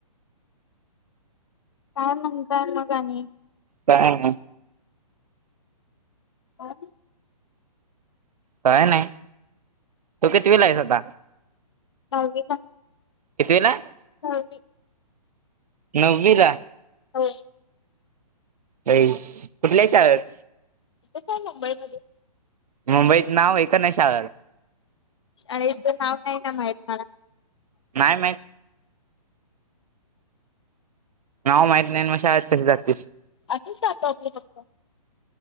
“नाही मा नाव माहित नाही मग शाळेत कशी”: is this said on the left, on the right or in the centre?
Right